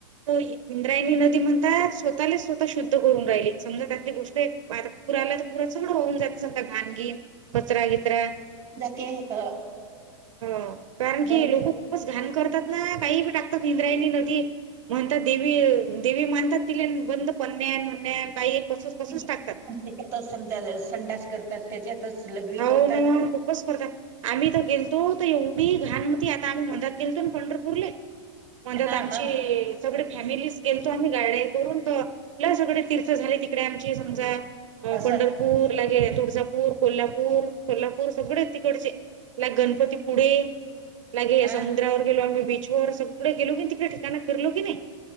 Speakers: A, on the right; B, on the right.
A: तर इंद्रायणी नदी म्हणतात स्वतःलाच स्वतः शुद्ध करून राहिल समजा त्यातली गोष्ट आता पूर आला.. <unintelligible> सगळं घान गिन. कचरा घिचरा
B: जाते ह
A: ह कारण की
B: बरोबर
A: लोक खूपच.. घण करतात ना काही प टातात इंद्रायणी नदी.. म्हणत देवी देवी माणतात तिला बंद पनण्या म्हण काही.. कसच
B: <unintelligible>
A: कसच टाकतात हो
B: करतात.
A: ना खूपच करत आम्ही तर.. गेलतो तर एवढी घाण होती आता आम्ही मधात गेलतो ना पंढरपूरले. म
B: हां,
A: त्यात आमची
B: हां.
A: सगळे. फॅमिलीस गेलतो आम्ही गाड्या करून तर ल सगळे तीर्थ झाले तिकडे आमची समजा. अ
B: असं
A: पंढरपूर लागे तुळजापूर कोल्हापूर. सोलापूर सगळे तिकडचे लाग गणपती पुढे लागे
B: हां,
A: समुद्रावर गेलो आम्ही. बीच वर सगडे गेलो की तिकडे ठिकाणा फिरलो की नाही